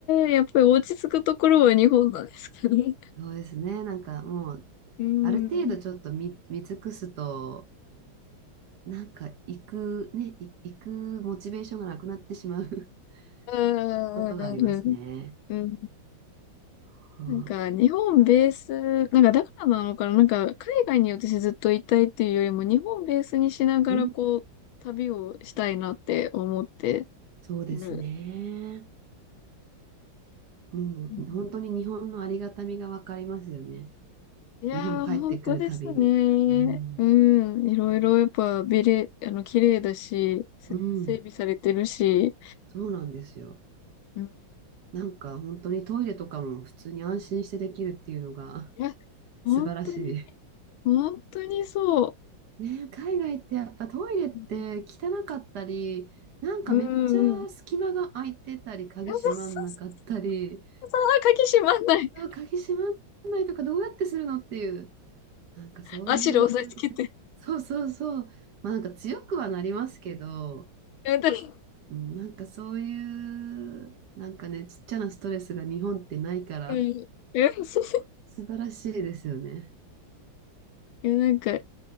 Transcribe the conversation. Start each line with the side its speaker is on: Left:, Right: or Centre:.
Left: え、やっぱり落ち着くところは日本なんですかね。
Right: そうですね、なんかもう、
Left: うん。
Right: ある程度ちょっと見、
Left: うん。
Right: 見尽くすと、なんか行く、ね、い行くモチベーションがなくなってしまう
Left: うん。
Right: <laughs> ことがありますね。
Left: うん。
Right: は
Left: なんか、
Right: あ
Left: 日本ベース、なんか、だからなのかな、なんか、海外に私ずっといたいっていうよりも、日本ベースにしながら、
Right: うん、
Left: こう、旅をしたいなって思って
Right: そうですね。
Left: る。
Right: もう本当に日本のありがたみがわかりますよね。
Left: うんいやー、
Right: 日本帰ってくるたびに。
Left: 本当ですね。
Right: うん、
Left: うん、いろいろやっぱ、ビレ、あの、綺麗だし、せ整備されてるし、
Right: うん、そうなんですよ。
Left: うん、
Right: なんか本当にトイレとかも普通に安心してできるっていうのが
Left: いや、
Right: <laughs>
Left: 本当に、
Right: 素晴らし
Left: 本当にそう。
Right: い。ねえ、海外ってやっぱトイレって汚かったり、
Left: うん、
Right: なんかめっちゃ隙間が空いてたり、
Left: うん。うん
Right: 鍵閉まんなかったり、
Left: あそうそうそうそうあ鍵閉まんない。
Right: うわ鍵閉まんないとかどうやってするのっていう、なんかそういう、
Left: 足で押さえつけて。
Right: そうそうそう、まあなんか強くはなりますけど、
Left: うん
Right: うん、なんかそういう、なんかね、ちっちゃなストレスが日本ってないから、
Left: うん。え <laughs>、
Right: 素晴らしいですよね。
Left: いやなんか、